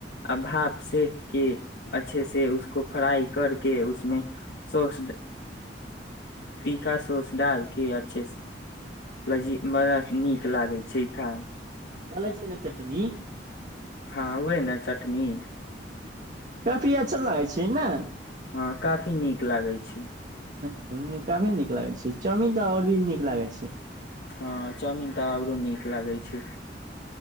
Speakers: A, on the left; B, on the right.
A: आ भाप सेक कऽ अच्छे से उसको फ्राइ करि कऽ उसमे सौस तीखा सोस डालके अच्छे लजी बड़ा नीक लागै छै ई खाय
B: डालै छी ने चटनी
A: हँ उहे ने चटनी
B: काफी अच्छा लागै छै ने
A: हँ काफी नीक लागै छै
B: ह काफी नीक लागै छै चामीिन तऽ आओर भी नीक लागै छै
A: हँ चाउमिन तऽ औरो नीक लागै छै